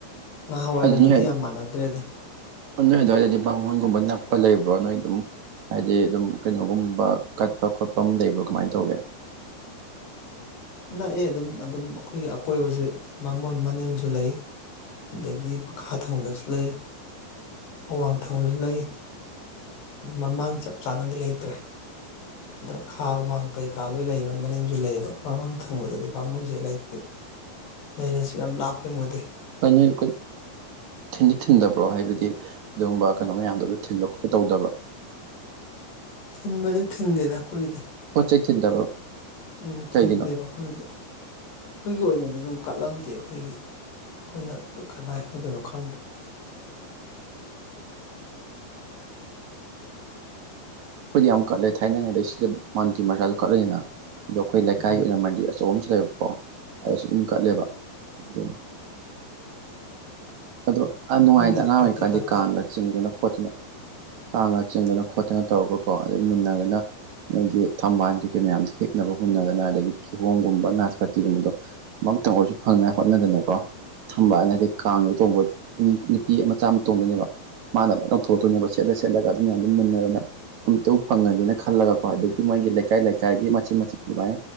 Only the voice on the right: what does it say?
ꯑꯗꯨ ꯅꯣꯏ
ꯅꯣꯏ ꯑꯗꯨꯋꯥꯏꯗꯗꯤ ꯕꯥꯃꯣꯟꯒꯨꯝꯕ ꯅꯛꯄ ꯂꯩꯕ꯭ꯔꯣ ꯅꯣꯏ ꯑꯗꯨꯝ ꯍꯥꯏꯗꯤ ꯑꯗꯨꯝ ꯀꯩꯅꯣꯒꯨꯝꯕ ꯀꯠꯄ ꯈꯣꯠꯄꯝ ꯂꯩꯕ꯭ꯔꯣ ꯀꯃꯥꯏꯅ ꯇꯧꯒꯦ
<inaudible>
<unintelligible> ꯊꯤꯟꯗꯤ ꯊꯤꯟꯗꯕ꯭ꯔꯣ ꯍꯥꯏꯕꯗꯤ ꯑꯗꯨꯒꯨꯝꯕ ꯀꯩꯅꯣ ꯃꯌꯥꯝꯗꯨ ꯑꯝꯇ ꯊꯤꯟꯕ ꯈꯣꯠꯄ ꯇꯧꯗꯕ꯭ꯔꯣ
ꯄꯣꯠ ꯆꯩ ꯊꯤꯟꯗꯕ꯭ꯔꯣ
ꯀꯩꯒꯤꯅꯣ
ꯑꯩꯈꯣꯏꯗꯤ ꯌꯥꯝ ꯀꯠꯂꯦ ꯊꯥꯏꯅꯉꯩꯗꯩ ꯁꯤꯗ ꯃꯥꯟꯇꯤꯔ ꯃꯆꯥꯁꯨ ꯀꯠꯂꯅꯤꯅ ꯑꯗꯣ ꯑꯩꯈꯣꯏ ꯂꯩꯀꯥꯏꯒꯤ
ꯑꯣꯏꯅ ꯃꯟꯗꯤꯔ ꯑꯆꯧ ꯑꯆꯩꯕ ꯑꯃꯁꯨ ꯂꯩꯕꯀꯣ ꯑꯗꯨꯁꯨ ꯑꯗꯨꯝ ꯀꯠꯂꯦꯕ ꯑꯗꯨꯅꯤ ꯑꯗꯣ ꯑꯥ
ꯅꯨꯡꯉꯥꯏꯗ ꯑꯉꯥꯡ
ꯑꯣꯏꯔꯤꯀꯥꯟꯗꯤ
ꯀꯥꯡꯒ ꯆꯤꯡꯗꯅ ꯈꯣꯠꯇꯅ ꯀꯥꯡꯒ ꯆꯤꯡꯗꯅ ꯈꯣꯠꯇꯅ ꯇꯧꯔꯒꯀꯣ ꯑꯗꯩ ꯃꯨꯟꯅꯗꯅ ꯃꯣꯏꯒꯤ ꯊꯝꯕꯥꯜ ꯀꯩꯀꯩ ꯃꯌꯥꯝꯗꯣ ꯍꯦꯛꯅꯕ ꯃꯨꯟꯅꯗꯅ ꯑꯗꯒꯤ ꯀꯤꯍꯣꯝꯒꯨꯝꯕ ꯅꯥꯁꯄꯇꯤꯒꯨꯝꯕꯗꯣ ꯑꯃꯝꯇꯪ ꯑꯣꯏꯔꯁꯨ ꯐꯪꯅꯥꯏ ꯍꯣꯠꯅꯗꯅꯀꯣ ꯊꯝꯕꯥꯜ ꯑꯗꯩ ꯀꯥꯡ ꯇꯣꯡꯕ ꯅꯤ ꯅꯨꯄꯤ ꯃꯆꯥ ꯑꯃ ꯇꯣꯡꯗꯣꯏꯅꯦꯕ ꯃꯥꯥꯅ ꯑꯗꯨꯝ ꯂꯪꯊꯣꯔꯛꯇꯣꯏꯅꯦꯕ ꯁꯦꯠꯂ ꯁꯦꯠꯂꯒ ꯑꯗꯨ ꯃꯌꯥꯝꯗꯨ ꯃꯨꯟꯅꯔꯅ ꯑꯝꯇꯕꯨ ꯐꯪꯉꯅꯤꯅ ꯈꯜꯂꯒꯀꯣ ꯑꯗꯒꯤ ꯃꯣꯏꯒꯤ ꯂꯩꯀꯥꯏ ꯂꯩꯀꯥꯏꯒꯤ ꯃꯆꯤꯠ ꯃꯆꯤꯠ ꯑꯗꯨꯃꯥꯏ